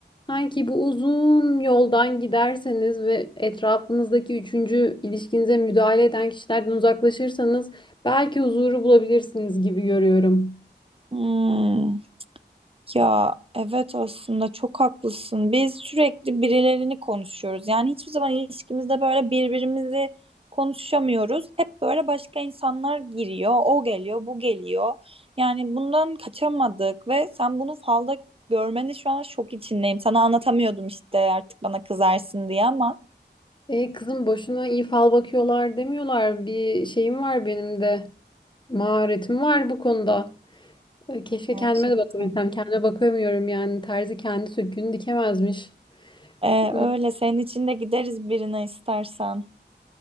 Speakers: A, on the left; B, on the right.
A: Sanki bu uzun yoldan giderseniz ve etrafınızdaki üçüncü ilişkinize müdahale eden kişilerden uzaklaşırsanız Belki huzuru bulabilirsiniz gibi görüyorum.
B: Hmm. Ya evet aslında çok haklısın. Biz sürekli birilerini konuşuyoruz. Yani hiçbir zaman ilişkimizde böyle birbirimizi konuşamıyoruz. Hep böyle başka insanlar giriyor. O geliyor, bu geliyor. Yani bundan kaçamadık ve sen bunu falda görmeni şu an şok içindeyim. Sana anlatamıyordum işte artık bana kızarsın diye ama.
A: E, kızım boşuna iyi fal bakıyorlar demiyorlar. Bir şeyim var benim de. Maharetim var bu konuda. E, keşke
B: Gerçekten.
A: kendime de bakabilsem. Kendime bakamıyorum yani. Terzi kendi söküğünü dikemezmiş.
B: Ee
A: Hmm,
B: öyle senin için de gideriz birine istersen.